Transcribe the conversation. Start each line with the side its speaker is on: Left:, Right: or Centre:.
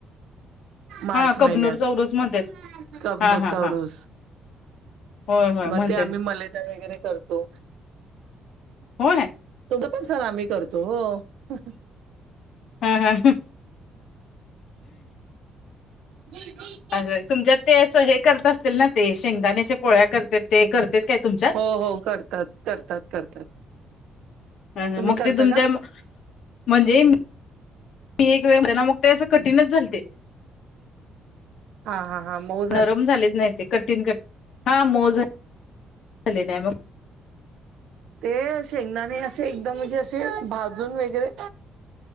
Right: मार्च
Left: हा कबनूर
Right: महिन्यात
Left: चौरस म्हणतात
Right: कबनूरचा
Left: हा हा हा
Right: उरूस.
Left: होय होय.
Right: मग
Left: म्हणतात
Right: ते आम्ही मलेदा वेगैरे करतो.
Left: हो हे.
Right: तुमचा प्रसार आम्ही करतो हो हं हं.
Left: हा हा
Right: ह <unintelligible>
Left: आग तुमच्यात ते असं हे करत असतील ना ते शेंगदाण्याच्या पोळ्या करतेत ते करतेत काय तुमच्या?
Right: हो हो करतात करतात करतात.
Left: हा ना
Right: तुम्ही
Left: मग
Right: करता
Left: ते तुमच्या
Right: का
Left: म्हणजे म मी एक वेळ त्यांना मग ते असं कठीणच झालते.
Right: हां हां हां मोद
Left: नरम झालेच नाही ते कठीण कठ हा मो झाल झाले नाही मग
Right: ते शेंगदाणे आसे एकदम म्हणजे असे भाजून वेगैरे